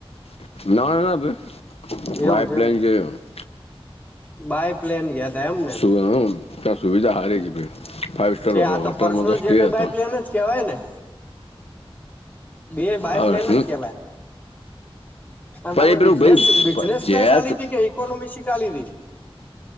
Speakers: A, on the left; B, on the left.
A: નાનાભાઈ એરોપ્લેનમાં.
B: એવું છે એમ બાય. પ્લેન ગયા તા એમને
A: ત્યાં બધી સુવિધા સારી છે. ફાાઈવ સ્ટાર
B: તે આ
A: હોટલમાં
B: પર્સનલ
A: તો
B: જેટ
A: સ્ટે
B: બાય
A: હતો
B: પ્લેન એ જ કવાય ને બે બાય
A: હવે
B: પ્લેન
A: શું
B: જ કેલા પણ તને
A: એ પેલું
B: બિઝનેસ
A: ભાઈ
B: બિઝનેસ
A: પ- જેટ
B: ક્લાસ આલી ત કે ઇકોનોમિક શીખલી તી